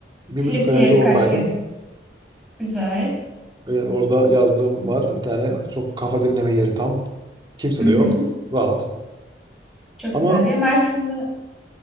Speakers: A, on the right; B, in the centre.
A: bir
B: Silifke'ye
A: buçuk ay önce
B: birkaç
A: oradaydım.
B: kez. Güzel.
A: Ve orada yazdığım var. Bir tane çok kafa dinleme yeri tam. Kimse
B: Hı hı.
A: de yok. Rahat.
B: Çok
A: Ama
B: güzel. Ya Mersin'de